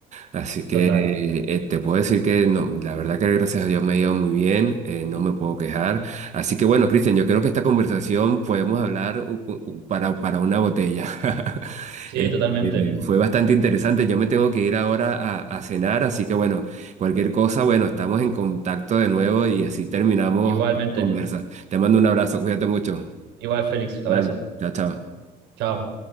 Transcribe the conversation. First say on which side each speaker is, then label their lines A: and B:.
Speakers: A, on the right; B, on the right.
A: Así que
B: Total.
A: eh, te puedo decir que no, la verdad que gracias a Dios me ha ido muy bien, eh, no me puedo quejar. Así que bueno, Cristian, yo creo que esta conversación podemos hablar u- u- para, para una botella. <laughs>
B: Sí,
A: Este,
B: totalmente.
A: fue bastante interesante, yo me tengo que ir ahora a, a cenar, así que bueno, cualquier cosa, bueno, estamos en contacto de nuevo y así terminamos
B: Igualmente.
A: esta conversa. Te mando un abrazo, cuídate mucho.
B: Igual, Félix. Abrazo.
A: Vale, chao, chao.
B: Chao.